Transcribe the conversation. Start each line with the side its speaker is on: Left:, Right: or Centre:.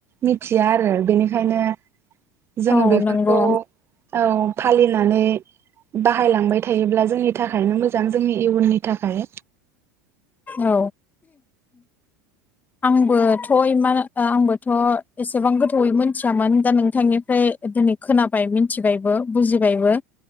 Right: मिथिया आरो बेनिखायनो जोङो
Left: औ
Right: बेफोरखौ
Left: नंगौ
Right: औ फालिनानै बाहायलांबाय थायोब्ला जोंनि थाखायनो मोजां जोंनि इयुननि थाखाय।
Left: औ आंबोथ' मा आंबोथ' एसेबां गोथौै मिथियामोन दा नोंथांनिफ्राय दिनै खोनाबाय मिथिबायबो बुजिबायबो।